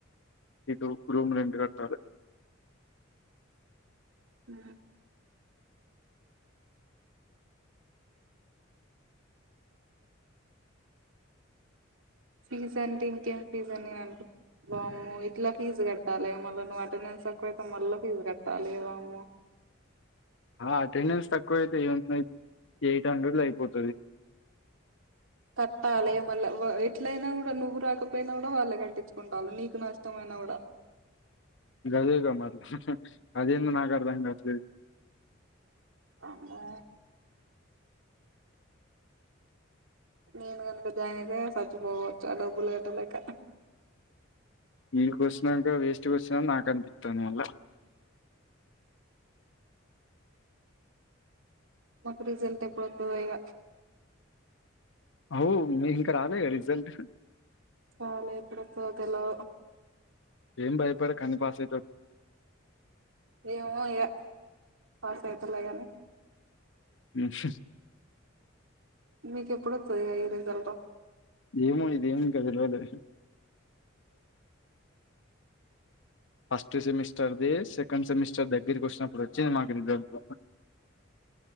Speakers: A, on the left; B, on the right.
A: ఇటు రూమ్ రెంట్ కట్టాలి
B: ఊ ఫీజ్ అంటే ఇంకేం ఫీజ్ అని నేన్ అనుకో వామ్మో ఇట్లా ఫీజు కట్టాలి మళ్ళ నువ్ అటెండెన్స్ ఎక్కువ అయితే మళ్ళ ఫీజు కట్టాలి వామ్మో
A: ఆ అటెండెన్స్ తక్కువ అయితే ఏంటిమి ఎయిట్ హండ్రెడ్ లో అయిపోతుంది
B: కట్టాలే మళ్ళ ఎట్లయినా కూడా నువ్వు రాకపోయినా కూడా వాళ్ళే కట్టించుకుంటారు నీకు నష్టం అయినా కూడా
A: గదెగా మరి అదేమో నాగర్దం గాట్లేదు
B: కమ్ము నేను కనుక జాయిన్ అయితే చచ్చిపోవచ్చు ఆ డబ్బులు కట్టలేక
A: ఈకి వచ్చినాక వేస్ట్ గా వచ్చినని నాకు అనిపిస్తంది మళ్ల
B: మకు రీజల్ట్ ఎప్పుడతదో ఇగ
A: అవ్ మీకు ఇంకా రాలేగ రిజల్ట్
B: రాలె ఎప్పుడు వస్తదో తెలో
A: ఏం భయపడకు అన్ని పాసయితవ్
B: ఏమో ఇగ పాస్ ఐతలే కానీ
A: ఉహు
B: మీక ఎప్పుడు వత్తది ఈ ఆ రిజల్ట్
A: ఏమో ఇదేమీ ఇంకా తెల్వలే ఫస్ట్ సెమిస్టర్ది సెకండ్ సెమిస్టర్ దగ్గరకి వచ్చినప్పుడు వచ్చింది మాకు రిజల్ట్